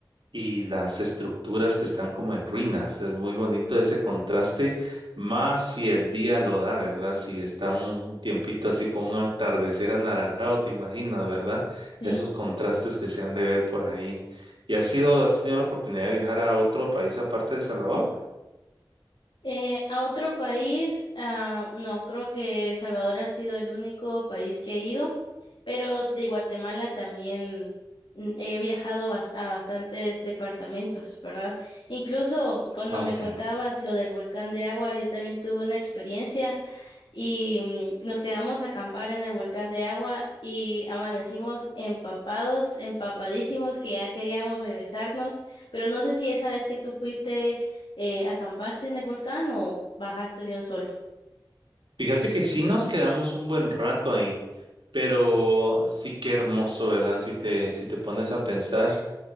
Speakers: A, on the right (about 70°); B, on the left (about 85°).
A: y las estructuras que están como en ruinas. Es muy bonito ese contraste, más si el día lo da, ¿verdad? Si está un tiempito así con un atardecer anaranjado, te imaginas, ¿verdad?
B: Sí.
A: Esos contrastes que se han de ver por ahí. ¿Y has sido, has tenido la oportunidad de viajar a otro país aparte de El Salvador?
B: Eh, a otro país, ah, no, creo que El Salvador ha sido el único país que he ido, pero de Guatemala también mm, he viajado bas- a bastantes departamentos, ¿verdad? Incluso cuando
A: Ah,
B: me
A: ok.
B: contabas lo del volcán de agua, yo también tuve una experiencia y mm, nos quedamos a acampar en el volcán de agua y amanecimos empapados, empapadísimos, que ya queríamos regresarnos, pero no sé si esa vez que tú fuiste, eh, acampaste en el volcán o bajaste de un solo.
A: Fíjate que sí nos quedamos un buen rato ahí, pero sí que hermoso, ¿verdad? Si te, si te pones a pensar.